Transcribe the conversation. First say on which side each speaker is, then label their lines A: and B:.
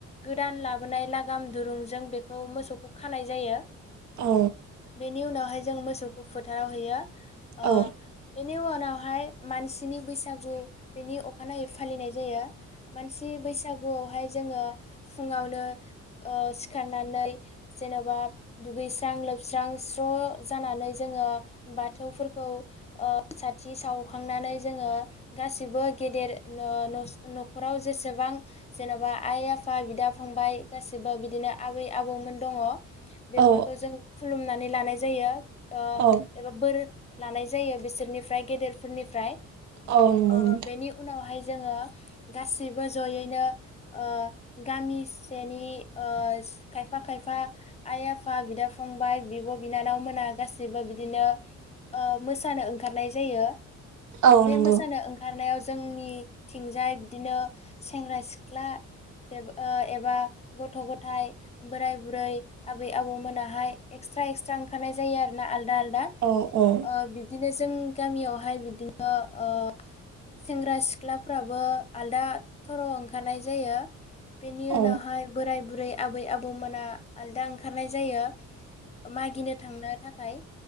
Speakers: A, on the left; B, on the right.
A: गोदान लाबोनाय लागाम दुरुंजों बेखौ मोसौखौ खानाय जायो।
B: औ
A: बेनि उनाव ओमफाय जों मोसौखौ फोथाराव होयो। ओ
B: औ
A: बेनि उनावहाय मानसिनि बैसागु बेनि अखानायै फालिनाय जायो। मानसि बैसागु फाय जोङो फुङावनो ओ सिखारनानै जेन'बा दुगैस्रां लोबस्रां स्र' जानानै जोङो बाथौफोरखौ ओ साथि सावखांनानै जोङो गासिबो गेदेर ओ नसु न'खराव जेसेबां जेन'बा आइ आफा बिदा फंबाय गासिबो बिदिनो आबै आबौमोन दङ बेफोरखौ
B: औ
A: जों खुलुमना नानै लानाय जायो ओ
B: औ
A: एबा बोर लानाय जायो बिसोरनिफ्राय गेदेरफोरनिफ्राय
B: औ नंगौ
A: ओ
B: नोंथां
A: बेनि उनावहाय जोङो गाससिबो जयैनो ओ गामिसेनि ओ खायफा खायफा आइ-आफा, बिदा-फंबाय, बिब'-बिनानाव मोना गासैबो बिदिनो ओ मोसानो ओंखारनाय जायो।
B: औ
A: बे
B: नंगौ
A: मोसानो ओंखारनायाव जोंनिथिंजाय बिदिनो सेंग्रा सिख्ला ओ एबा गथ' गथायाइ बोराय-बुरै, आबै-आबौ मोनाहाय एक्सट्रा एक्सट्रा ओंखारनाय जायो आरो ना आल आलादा आलदा
B: औ औ
A: ओ बिब्दिनो जोंनि गामियावहाय बिदिनो ओ सेंग्रा सिख्लाफ्राबो आलदा थर' ओंखारनाय जायो बेनि
B: औ
A: उनावहाय बोराय-बुरै आबै आबौमोना आलदा ओंखारनाय जायो। मागिनो थांनो थाखाय